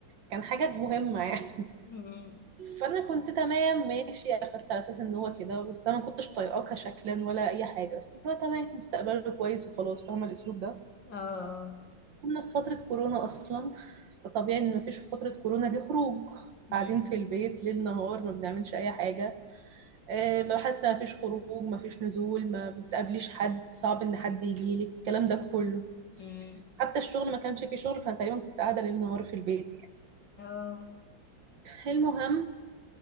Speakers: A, on the right (about 65°); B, on the left (about 60°).
A: كان حاجه مهمه يعني
B: أمم.
A: فانا كنت تمام ماشي اخدت على اساس ان هو كده بس انا ما كنتش طايقاه كشكلا ولا اي حاجه بس اللي هو تمام مستقبله كويس وخلاص فاهمه الاسلوب ده
B: اه
A: كنا في فتره كورونا اصلا فطبيعي ان مفيش في فتره كورونا دي خروج
B: أمم،
A: قاعدين في البيت ليل نهار ما بنعملش اي حاجه آه، ما حتى مفيش خروج مفيش نزول ما بتقابليش حد صعب ان حد يجي لك الكلام ده كله
B: أمم.
A: حتى الشغل ما كانش فيه شغل فانا تقريبا كنت قاعده ليل نهار في البيت يعني
B: اه
A: المهم